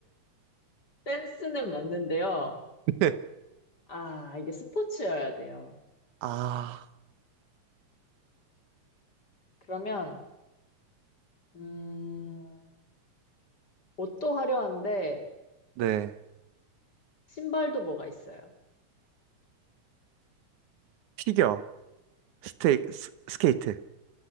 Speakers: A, on the left; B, on the right.
A: 댄스는 맞는데요.
B: <laughs>
A: 아, 이게 스포츠여야 돼요.
B: 아,
A: 그러면, 음, 옷도 화려한데,
B: 네.
A: 신발도 뭐가 있어요?
B: 피겨, 스테이, 스, 스케이트.